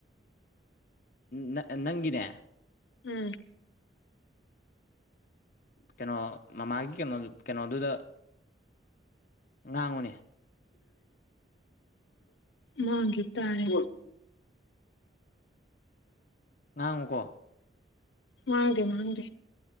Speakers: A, on the left; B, on the left.
A: ꯅ ꯅꯪꯅꯦ
B: ꯎꯝ
A: ꯀꯩꯅꯣ ꯃꯃꯥꯒꯤ ꯀꯩꯅꯣ ꯀꯩꯅꯣꯗꯨꯗ ꯉꯥꯡꯉꯨꯅꯦ
B: ꯃꯥꯒꯤꯇꯥꯔ
A: ꯉꯍꯥꯡꯪꯨꯀꯣ
B: ꯃꯥꯡꯥꯡꯗ ꯃꯥꯡꯥꯡꯗ